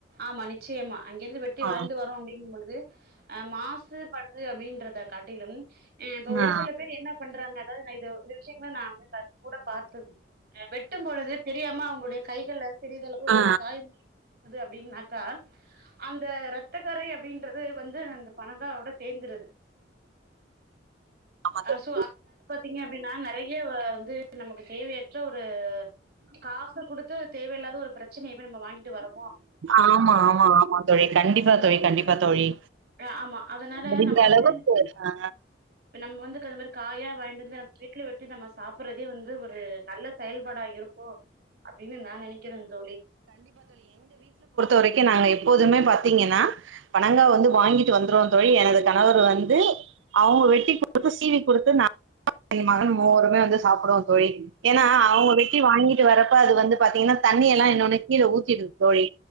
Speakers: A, on the right; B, on the right.
A: ஆமாங் நிச்சயம் அங்கிருந்து வெட்டி
B: ஆ
A: வாங்ட்டு வரோ அப்டிங்கும் பொழுது அ மாசு படுது அப்டின்றத காட்டிலும் அ இப்ப ஒரு
B: ஆ
A: சில பேர் என்ன பண்றாங்க அதாவது நா இது இந்த விஷயங்கள நா வந்து கண் கூடா பாத்துருக்கே அ வெட்டும் பொழுது தெரியாம அவுங்களுடைய கைகள்ல சிறியதளவு
B: ஆ ஆ
A: ஓர காயம் அது அப்டின்னாக்க அந்த ரத்த கறை அப்டின் டுறது வந்து அந்த பனங்கா ஓட சேந்துறது
B: ஆமா தோழி
A: அ சோ அதனால பாத்தீங்க அப்டின்னா நறைய வ வந்து ம் நமக்கு தேவையற்ற ஒரு காச குடுத்து தேவையில்லாத ஒரு பிரச்சனைய போய் நம்ம வாங்கிட்டு வரோ
B: ஆமா ஆமா ஆமா தோழி கண்டிப்பா தோழி கண்டிப் பா தோழி
A: அ ஆமா அதனால
B: முடிஞ்ச
A: நம்ம வந்து
B: அளவு ஆ
A: நம்ம வந்து <unintelligible> காயா வாயின்டு வந்து நம்ம வீட்ல வெட்டி நம்ம சாப்புற்றதே வந்து ஒரு நல்ல செயல்பாடா இருக்கு அப்டின்னு நா நெனைக்கிறே தோழி
B: இப்போதைக்கு நாங்க எப்போதுமே பாத்தீங்கன்னா பனங்கா வந்து வாங்கிட்டு வந்துருவோந் தோழி எனது கணவர் வந்து அவங்க வெட்டி குடுத்து சீவிகுடுத்து நா என் மகன் மூவருமே வந்து சாப்புடுவோ தோழி ஏன்னா அவங்க வெட்டி வாங்கி ட்டி வரப்ப அது வந்து பாத்தீங்ன்னா தண்ணி எல்லா இன்னொன்னு கீழ ஊத்திடுது தோழி